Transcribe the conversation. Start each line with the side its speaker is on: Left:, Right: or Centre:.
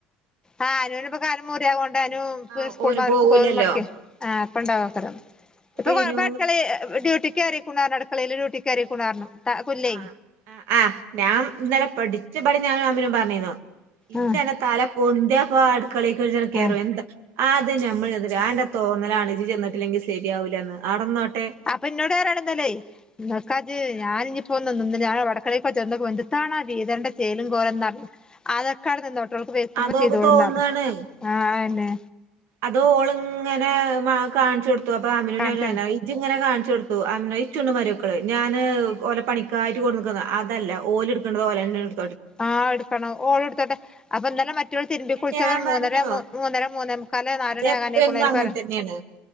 Left: ആഹ് അനുവിന്പ്പൊ കാലമ്മെ മുറിയാവോണ്ട് അനു- ഇപ്പ
Right: ആഹ്
Left: സ്കൂൾ
Right: ഓന്
Left: മദ്രസ്‌
Right: പോവൂലല്ലോ
Left: മുടക്കി ആ ഇപ്പണ്ടാവക്കരം ഇപ്പൊ
Right: റീനു
Left: കുഴപ്പ അടുക്കളയിൽ ഡ്യൂട്ടിക്ക് കേറീകക്ക് ണ് അടുക്കളയില് ഡ്യൂട്ടിക്കറീക്ക്ണ് ന്ന്‌ പറഞ്ഞു കുല്ലേ
Right: ആഹ് ആഹ് ആഹ് ഞാൻ ഇന്നലെ പഠിച്ച പടി ഞാനും ആമിനും പറഞ്ഞിന് ഇജ്ജ്
Left: ആ
Right: അന്റെ തല പൊന്തിയ പാ അടുക്കളയിൽ കയറും
Left: ആ
Right: എന്താ അതെ ഞാമ്മൾ അന്റെ തോന്നലാണ് ജ്ജ് ചെന്നിട്ടില്ലെങ്കിൽ ശരിയാവില്ലന്ന് അവിടന്നോട്ടെ
Left: ബാപ്പ ഇന്നോട് പറയാണ് ന്താലെ നോക്കാജ് ഞാനിനി പോന്ന് ഞാൻ വടക്കണിക്ക് ചെന്നോപ്പ എന്തന്നാ വീതനന്റെ ചേലും കോലന്ന പറഞ്ഞ് അതൊക്കവിടെ നിന്നോട്ടെ ഓൾക്ക് വെയ്ക്കുമ്പോ
Right: അതോക്ക്
Left: ചെയ്തോളും
Right: തോന്നാണ്
Left: ന്താലും ആഹ് ന്നെ
Right: അത് ഓളിങ്ങനെ കാണിച്ചു കൊടുത്തു അപ്പൊ അങ്ങനെ
Left: കാണിച്ചോട്
Right: <unintelligible> ഇജ്ജ് ഇങ്ങനെ കാണിച്ചു കൊടുത്തു ഇച്ചുണ്ട് മരുമക്കള് ഞാന് ഓലെ പണിക്കായിട്ട് കൊടു അതല്ല ഓലെടുക്കേണ്ടത് ഓല ന്നെ എട്
Left: ആഹ് എടുക്കണം ഓള് എടുത്തോട്ടെ അപ്പൊ ഇന്നലെ മറ്റൊൾ തിരുമ്പി കുളിച്ചപ്പോ
Right: ഞാൻ പറഞ്ഞു
Left: മൂന്നര മൂന്നര മൂന്നെ മുക്കൽ നാലണി
Right: അതെപ്പ
Left: ആകാനയിക്ക്ണ്
Right: എന്നും
Left: ഒരു
Right: അങ്ങനെ
Left: പോര-
Right: തന്നെയാണ്